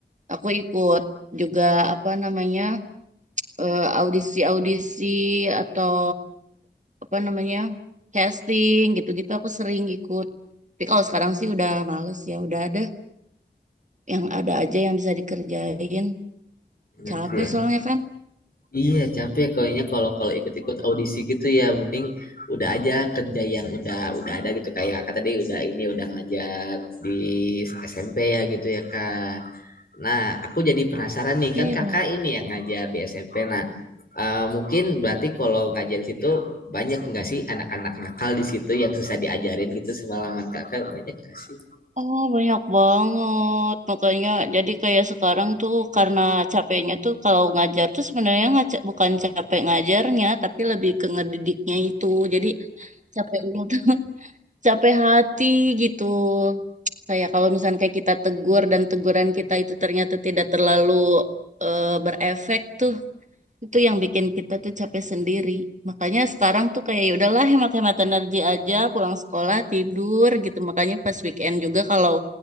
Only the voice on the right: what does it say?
aku ikut juga apa namanya eh, audisi-audisi atau apa namanya casting gitu-gitu aku sering ikut. Tapi kalau sekarang sih udah males ya, udah ada yang ada aja yang bisa dikerjain.
Capek
soalnya kan.
Iya.
Oh, banyak banget. Makanya jadi kayak sekarang tuh karena capeknya tuh kalau ngajar tuh sebenarnya ngaca- bukan capek ngajarnya, tapi lebih ke ngedidiknya itu. Jadi capeknya <laughs> tuh capek hati gitu. Kayak kalau misalnya kayak kita tegur dan teguran kita itu ternyata tidak terlalu eh, berefek tuh itu yang bikin kita tuh capek sendiri. Makanya sekarang tuh kayak ya udahlah hemat-hemat energi aja, pulang sekolah tidur gitu. Makanya pas weekend juga kalau